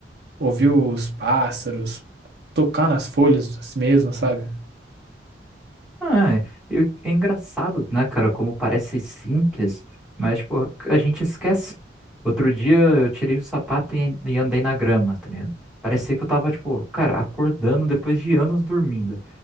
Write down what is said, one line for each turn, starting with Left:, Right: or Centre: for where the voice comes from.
Right: ouvir os pássaros, tocar nas folhas assim mesmo, sabe?
Centre: Ah, e é engraçado, né, cara, como parece simples, mas, pô, a gente esquece. Outro dia eu tirei o sapato e, e andei na grama, tá ligado? Parecia que eu tava, tipo, cara, acordando depois de anos dormindo.